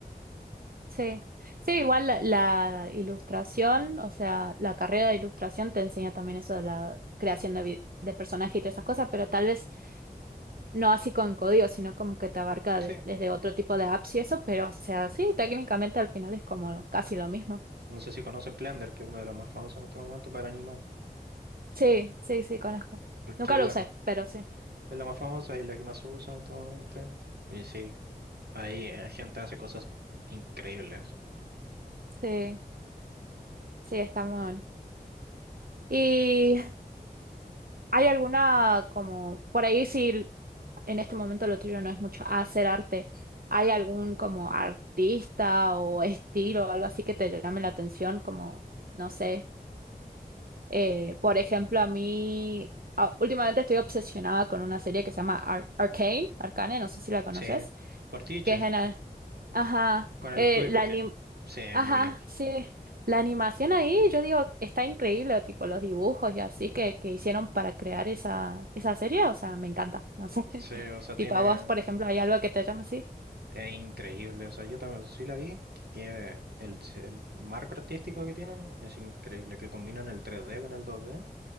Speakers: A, on the right (about 65°); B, on the right (about 80°).
A: Sí. Sí, igual la, la ilustración, o sea, la carrera de ilustración te enseña también eso de la creación de, vi- de personajes y todas esas cosas, pero tal vez No así con código, sino como que te abarca
B: Sí,
A: de- desde otro tipo de apps y eso, pero o sea, sí, técnicamente al final es como casi lo mismo.
B: no sé si conocen Blender, que es una de las más famosas en este momento para animar,
A: Sí, sí, sí, conozco.
B: porque
A: Nunca
B: es
A: lo
B: la,
A: usé,
B: ma-
A: pero sí,
B: es la más famosa y la que más se usa en este momento. Y sí, ahí eh, gente hace cosas increíbles.
A: sí, sí, está muy bueno. ¿Y hay alguna como, por ahí si en este momento lo tuyo no es mucho hacer arte, ¿hay algún como artista o estilo o algo así que te llame la atención? Como, no sé, Eh, por ejemplo, a mí a- últimamente estoy obsesionada con una serie que se llama Ar- Arcane, Arcane, no sé si la conoces,
B: Sí, Fortiche,
A: que es en a- ajá,
B: con el
A: eh,
B: estudio
A: la
B: Fortiche.
A: anim-
B: Sí,
A: ajá,
B: muy.
A: sí, la animación ahí, yo digo, está increíble, tipo los dibujos y así que, que hicieron para crear esa esa serie, o sea, me encanta, no sé. <laughs>
B: Sí, o sea, tiene.
A: Tipo a vos, por ejemplo, hay algo que te llame así.
B: Es increíble, o sea, yo también sí la vi, que el, el marco artístico que tienen es increíble, que combinan el 3D con el 2D,